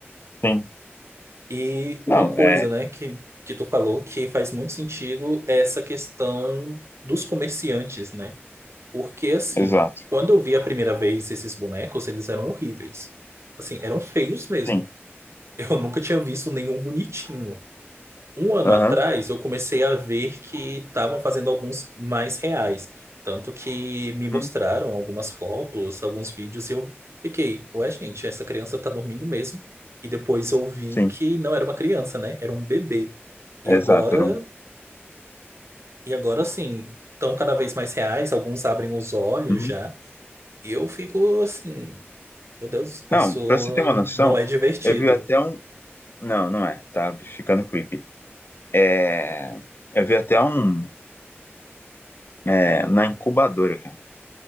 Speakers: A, on the left (about 55°); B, on the right (about 85°).
A: Sim.
B: E
A: Não,
B: uma coisa,
A: é.
B: né, que, que tu falou que faz muito sentido é essa questão dos comerciantes, né? Porque, assim,
A: Exato.
B: quando eu vi a primeira vez esses bonecos, eles eram horríveis. Assim, eram feios mesmo.
A: Sim.
B: Eu nunca tinha visto nenhum bonitinho. um ano
A: Aham.
B: atrás, eu comecei a ver que estavam fazendo alguns mais reais. Tanto que me mostraram
A: Hum,
B: algumas fotos, alguns vídeos, e eu fiquei, ué, gente, essa criança tá dormindo mesmo. E depois eu vi
A: Sim.
B: que não era uma criança, né? Era um bebê. E
A: Exato.
B: agora,
A: Era um...
B: e agora sim, estão cada vez mais reais, alguns abrem os olhos
A: Uhum.
B: já. E eu fico assim, meu Deus, isso
A: Não, pra você ter uma noção,
B: não é divertido.
A: eu vi até um. Não, não é. Tá ficando creepy. É, eu vi até um é, na incubadora, cara.